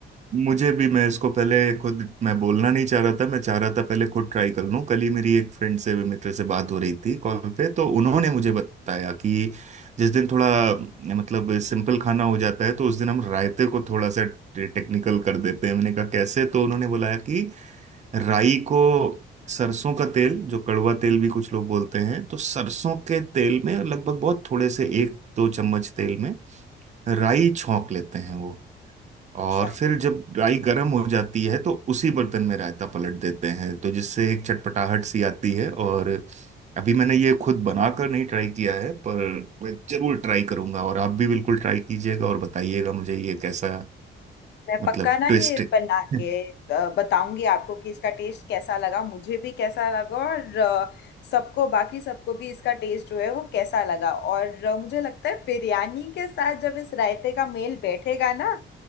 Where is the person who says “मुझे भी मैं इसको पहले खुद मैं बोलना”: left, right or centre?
Right